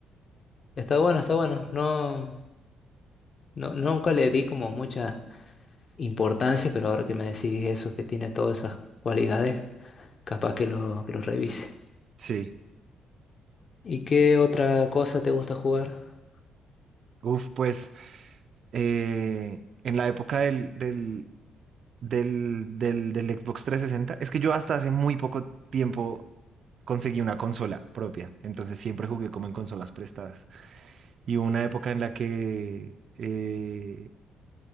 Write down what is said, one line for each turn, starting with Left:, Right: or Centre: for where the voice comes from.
Left: Está bueno, está bueno. No, no, nunca le di como mucha importancia, pero ahora que me decís eso, que tiene todas esas cualidades, capaz que lo, que lo revise.
Right: sí.
Left: ¿Y qué otra cosa te gusta jugar?
Right: Uf, pues eh, en la época del, del, del, del, del Xbox 360, es que yo hasta hace muy poco tiempo conseguí una consola propia, entonces siempre jugué como en consolas prestadas. y hubo una época en la que eh,